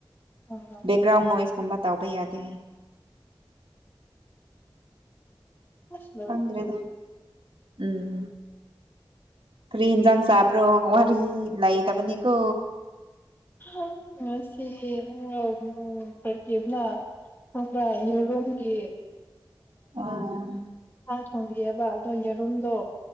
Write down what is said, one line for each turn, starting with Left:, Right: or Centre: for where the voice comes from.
Left: ꯍꯣꯏ ꯍꯣꯏ
Right: ꯕꯦꯛꯒ꯭ꯔꯥꯎꯟ ꯅꯣꯏꯁꯀꯨꯝꯕ ꯇꯥꯎꯕ ꯌꯥꯗꯦ꯫
Left: <unintelligible>
Right: ꯈꯪꯗꯔꯦꯗ ꯎꯝ ꯀꯔꯤ ꯏꯁꯥꯡ꯫ ꯆꯥꯕ꯭ꯔꯣ ꯋꯥꯔꯤ ꯂꯩꯇꯕꯅꯤ ꯀꯣ꯫
Left: <unintelligible> ꯈꯪꯕꯔ ꯌꯦꯔꯨꯝꯒꯤ꯫
Right: ꯎꯝ
Left: ꯁꯥ ꯊꯣꯡꯕꯤꯑꯦꯕ ꯑꯗꯣ ꯌꯦꯔꯨꯝꯗꯣ꯫